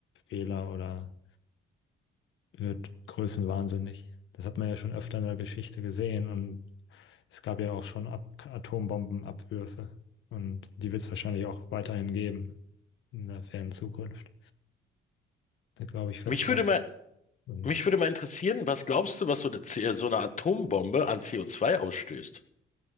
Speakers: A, on the left; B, on the left.
A: Fehler oder wird größenwahnsinnig. Das hat man ja schon öfter in der Geschichte gesehen und Es gab ja auch schon Ab Atombombenabwürfe und die wird es wahrscheinlich auch weiterhin geben in der fernen Zukunft. Da glaube ich fest
B: Mich würde
A: dran.
B: mal,
A: Und
B: mich würde mal interessieren, was glaubst du, was so eine, C- äh, so eine Atombombe an CO2 ausstößt?